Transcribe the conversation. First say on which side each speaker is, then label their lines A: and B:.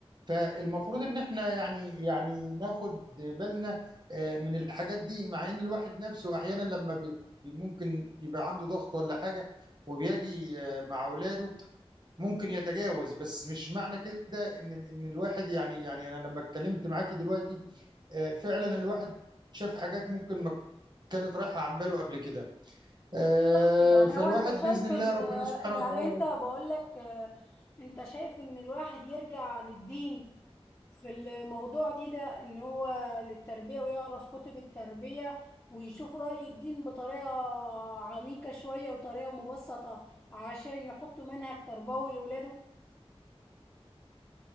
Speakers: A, on the right (about 45°); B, on the left (about 25°).
A: فالمفروض ان احنا يعني يعني ناخد بالنا آه، من الحاجات دي مع ان الواحد نفسه احيانا لما بي بي- ممكن يبقى عنده ضغط ولا حاجة وبيجي آه، مع اولاده ممكن يتجاوز بس مش معنى كده ان ان الواحد يعني يعني انا لما اتكلمت معاكي دلوقتي آه، فعلا الواحد شاف حاجات ممكن ما كانت رايحة عن باله قبل كده آه،
B: بالظبط يعني
A: فالواحد
B: هو انت شايف
A: بإذن
B: ال-
A: الله ربنا سبحانه
B: يعني
A: وتعالى
B: انت بقول لك آه، انت شايف ان الواحد يرجع للدين في الموضوع دي ده ان هو للتربية ويقرا في كتب التربية ويشوف رأي الدين بطريقة عميقة شوية وطريقة مبسطة عشان يحط منهج تربوي لولاده